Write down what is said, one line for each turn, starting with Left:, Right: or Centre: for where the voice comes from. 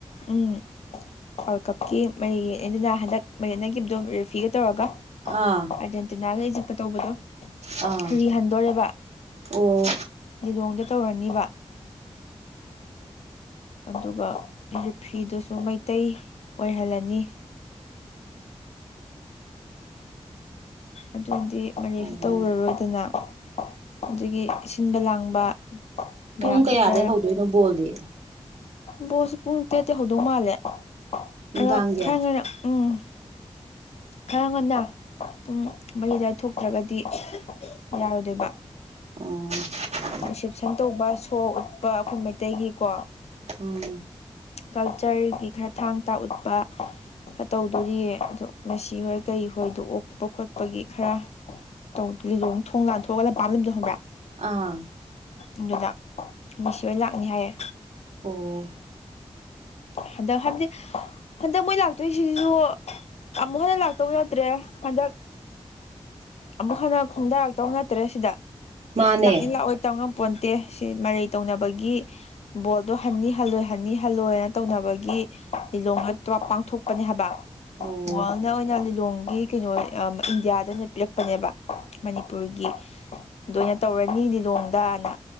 Left: ꯎꯝ ꯋꯥꯔꯜ ꯀꯞꯀꯤ ꯃꯔꯩꯌꯦꯅ ꯍꯟꯗꯛ ꯃꯔꯩ ꯌꯦꯠꯅꯒꯤꯞꯇꯣ ꯔꯦꯐꯤꯒ ꯇꯧꯔꯒ
Right: ꯑꯥ
Left: ꯑꯔꯖꯦꯟꯇꯤꯅꯥꯒ ꯏꯖꯤꯞꯀ ꯇꯧꯕꯗꯣ
Right: ꯑꯥ
Left: ꯔꯤꯍꯟꯗꯣꯔꯦꯕ
Right: ꯑꯣ
Left: ꯂꯤꯂꯣꯡꯗ ꯇꯧꯔꯅꯤꯕ ꯑꯗꯨꯒ ꯔꯤꯐ꯭ꯔꯤꯗꯨꯁꯨ ꯃꯩꯇꯩ ꯑꯣꯏꯍꯜꯂꯅꯤ ꯑꯗꯨꯗꯤ ꯃꯔꯩꯁꯨ
Right: ꯑꯣ
Left: ꯇꯧꯔꯔꯣꯏ ꯗꯨꯅ ꯑꯗꯨꯒꯤ ꯁꯤꯟꯕ ꯂꯥꯡꯕ ꯃꯌꯥꯝꯗꯣ
Right: ꯄꯨꯡ ꯀꯌꯥꯗꯩ
Left: ꯈꯔ
Right: ꯍꯧꯗꯣꯏꯅꯣ ꯕꯣꯜꯗꯤ
Left: ꯕꯣꯜꯁꯦ ꯄꯨꯡ ꯇꯔꯦꯠꯇꯩ ꯍꯧꯗꯧ ꯃꯥꯜꯂꯦ
Right: ꯅꯨꯡꯗꯥꯡꯒꯤ
Left: ꯑꯗꯣ ꯈ꯭ꯔ ꯉꯟꯅ ꯎꯝ ꯈꯔ ꯉꯟꯅ ꯄꯨꯡ ꯃꯔꯤ ꯑꯗꯥꯢ ꯊꯣꯛꯇ꯭ꯔꯒꯗꯤ ꯌꯥꯔꯣꯏꯗꯣꯏꯕ
Right: ꯎꯝ
Left: ꯔꯤꯁꯦꯞꯁꯟ ꯇꯧꯕ ꯁꯣ ꯎꯠꯄ ꯑꯈꯣꯏ ꯃꯩꯇꯩꯒꯤꯀꯣ
Right: ꯎꯝ
Left: ꯀꯜꯆꯔꯒꯤ ꯈ꯭ꯔ ꯊꯥꯡ ꯇꯥ ꯎꯠꯄ ꯈꯔ ꯇꯧꯗꯣꯔꯤꯌꯦ ꯑꯗꯣ ꯃꯦꯁꯤ ꯍꯣꯏ ꯀꯩ ꯍꯣꯏꯗꯣ ꯑꯣꯛꯄ ꯈꯣꯠꯄꯒꯤ ꯈꯔ ꯇꯧꯗꯤ ꯂꯤꯂꯣꯡ ꯊꯣꯡ ꯂꯥꯟꯊꯣꯛꯑꯒ ꯂꯝꯄꯥꯝ ꯑꯝ ꯂꯩꯕꯗ ꯈꯪꯕ꯭ꯔ
Right: ꯑꯥ
Left: ꯑꯗꯨꯗ ꯃꯤꯁꯤ ꯍꯣꯢ ꯂꯥꯛꯅꯤ ꯍꯥꯏꯌꯦ
Right: ꯑꯣ
Left: ꯍꯟꯗꯛ ꯍꯥꯏꯕꯗꯤ ꯍꯟꯗꯛ ꯃꯣꯏ ꯂꯥꯛꯇꯣꯏꯁꯤꯖꯨ ꯑꯃꯨꯛ ꯍꯟꯅ ꯂꯥꯛꯇꯧ ꯅꯠꯇ꯭ꯔꯦ ꯍꯟꯗꯛ ꯑꯃꯨꯛ ꯍꯟꯅ ꯈꯣꯡꯗꯥꯔꯛꯇꯧ ꯅꯠꯇ꯭ꯔꯦ ꯁꯤꯗ
Right: ꯃꯥꯅꯦ
Left: ꯂꯥꯛꯅꯤ ꯂꯥꯛꯑꯣꯏ ꯇꯝꯉꯝ ꯄꯣꯟꯇꯦ ꯁꯤ ꯃꯔꯩ ꯇꯧꯅꯕꯒꯤ ꯕꯣꯜꯗꯣ ꯍꯟꯅꯤ ꯍꯜꯂꯣꯏ ꯍꯅꯤ ꯍꯜꯂꯣꯏꯅ ꯇꯧꯅꯕꯒꯤ ꯂꯤꯂꯣꯡꯗ ꯄꯥꯡꯊꯣꯛꯄꯅꯦ ꯍꯥꯏꯕ
Right: ꯑꯣ
Left: ꯋꯥꯔꯜꯅ ꯑꯣꯏꯅ ꯂꯤꯂꯣꯡꯒꯤ ꯀꯩꯅꯣ ꯏꯟꯗꯤꯌꯥꯗ ꯑꯣꯏꯅ ꯄꯤꯔꯛꯄꯅꯦꯕ ꯃꯅꯤꯄꯨꯔꯒꯤ ꯗꯣꯢꯅ ꯇꯧꯔꯅꯤ ꯂꯤꯂꯣꯡꯗꯅ